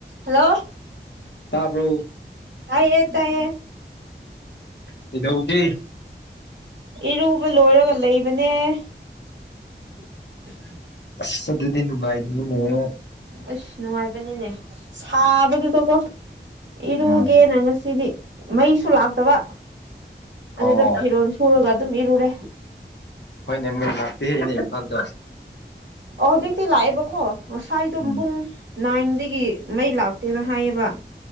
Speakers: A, on the right; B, on the left.
A: ꯍꯜꯂꯣ
B: ꯇꯥꯕ꯭ꯔꯣ
A: ꯇꯥꯏꯌꯦ ꯇꯥꯏꯌꯦ
B: ꯀꯩꯗꯧꯒꯦ
A: ꯏꯔꯨꯕ ꯂꯣꯏꯔꯒ ꯂꯩꯕꯅꯦ <inaudible>
B: ꯑꯁ ꯑꯗꯨꯗꯤ ꯅꯨꯡꯉꯥꯏꯅꯤꯅꯦ
A: ꯑꯁ ꯅꯨꯡꯉꯥꯏꯕꯅꯤꯅꯦ ꯁꯥꯕꯗꯨꯗꯀꯣ ꯏꯔꯨꯒꯦꯅ
B: ꯎꯝ
A: ꯉꯁꯤꯗꯤ ꯃꯩꯁꯨ ꯂꯥꯛꯇꯕ ꯑꯗꯨꯗ
B: ꯑꯣ
A: ꯐꯤꯔꯣꯜ ꯁꯨꯔꯒ ꯑꯗꯨꯝ ꯏꯔꯨꯔꯦ
B: ꯍꯣꯏꯅꯦ ꯃ ꯂꯥꯛꯇꯦꯅꯦ ꯏꯝꯐꯥꯜꯗꯣ
A: ꯑꯣ ꯍꯧꯖꯤꯛꯇꯤ ꯂꯥꯛꯑꯦꯕꯀꯣ ꯉꯁꯥꯏꯗꯣ
B: ꯎꯝ
A: ꯄꯨꯡ ꯅꯥꯏꯟꯗꯒꯤ ꯃꯩ ꯂꯥꯛꯇꯦꯅ ꯍꯥꯏꯌꯦꯕ